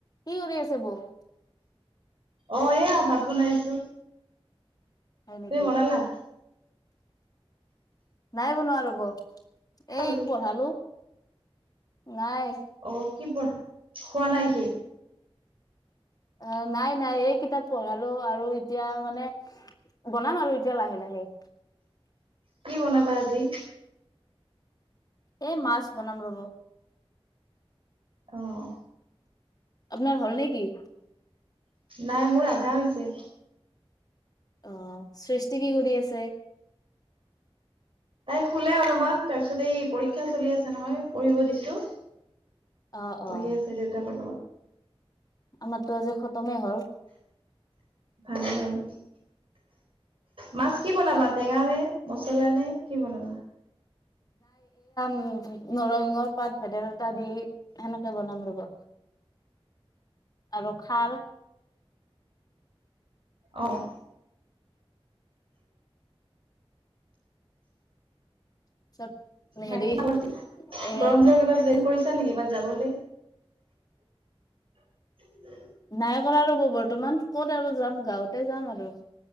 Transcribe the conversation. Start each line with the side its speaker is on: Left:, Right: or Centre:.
Left: কি কৰি আছে বৌ?
Right: অ', এয়া ভাত বনাইছোঁ।
Left: হয় নেকি
Right: তুমি বনালা?
Left: নাই বনোৱা ৰ'ব। এইক
Right: বোলো
Left: পঢ়ালো। নাই।
Right: অ কি, পঢ় শুৱা নাই সি?
Left: অ', নাই, নাই এই কিতাপ পঢ়ালো আৰু এতিয়া মানে বনাম আৰু এতিয়া লাহে, লাহে।
Right: কি বনাবা আজি?
Left: এ, মাছ বনাম ৰ'ব।
Right: অ'।
Left: আপোনাৰ হ'ল নেকি?
Right: নাই, মোৰ আধা হৈছে।
Left: অ'। সৃষ্টি কি, কৰি আছে?
Right: তাই শুলে অলপমান, তাৰপিছত এই পৰীক্ষা চলি আছে নহয় পঢ়িব দিছোঁ।
Left: অ
Right: পঢ়ি
Left: অ
Right: আছে দেউতাকৰ লগত।
Left: আমাৰতো আজি খতমেই হ'ল।
Right: ভালেই হল। মাছ কি বনাবা? টেঙা নে মছলা নে, কি বনাবা?
Left: উ, নৰসিংহৰ পাত, ভেদাইলতা দি সেনেকে বনাম ৰব' আৰু খাৰ
Right: অ'।
Left: <unintelligible> হেৰি
Right: বাকি <unintelligible>
Left: এ
Right: গৰম দিনৰ কিবা প্লেন কৰিছা নেকি বাত যাবলে? <inaudible>
Left: নাই কৰা ৰ'ব বৰ্তমান। ক'ত আৰু যাম গাঁৱতে যাম আৰু